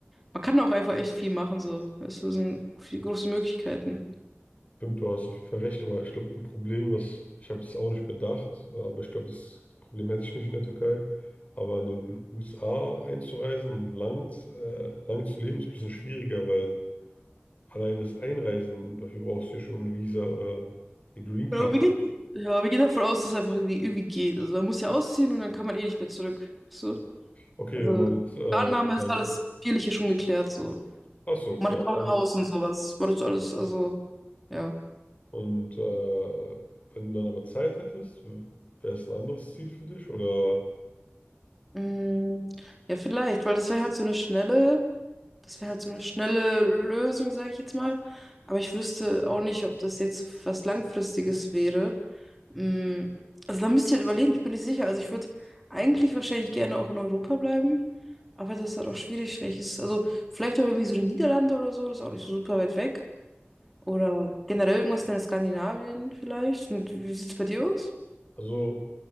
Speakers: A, in the centre; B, on the left.
A: man kann auch einfach echt viel machen so. Es sind viel große Möglichkeiten.
B: Stimmt, du hast recht, aber ich glaube, ein Problem, was ich habe es auch nicht bedacht, äh, aber ich glaube, das Problem hätte ich nicht in der Türkei. Aber in den USA einzureisen und lang, äh, lang zu leben, ist ein bisschen schwieriger, weil allein das Einreisen, dafür brauchst du ja schon ein Visa oder eine Green Card.
A: Ja, wir gehen, ja, wir gehen davon aus, dass es einfach irgendwie, irgendwie geht. Also man muss ja ausziehen und dann kann man eh nicht mehr zurück. Weißt du?
B: Okay,
A: Also
B: wenn man
A: die
B: jetzt, äh,
A: Annahme
B: dann,
A: ist alles Papierliche schon geklärt so.
B: ach so, okay,
A: Man hat
B: also
A: auch
B: alles.
A: ein Haus und sowas. Man ist alles, also, ja.
B: Und äh, wenn du dann aber Zeit hättest, wäre es ein anderes Ziel für dich? Oder,
A: Mm, ja, vielleicht, weil das wäre halt so eine schnelle, das wäre halt so eine schnelle Lösung, sage ich jetzt mal. Aber ich wüsste auch nicht, ob das jetzt was Langfristiges wäre. Mm, also da müsst ihr halt überlegen, ich bin nicht sicher. Also ich würde eigentlich wahrscheinlich gerne auch in Europa bleiben. Aber das ist halt auch schwierig, welches, also vielleicht auch irgendwie so die Niederlande oder so, das ist auch nicht so super weit weg. Oder generell irgendwas in Skandinavien vielleicht. Und wie sieht's bei dir aus,
B: also,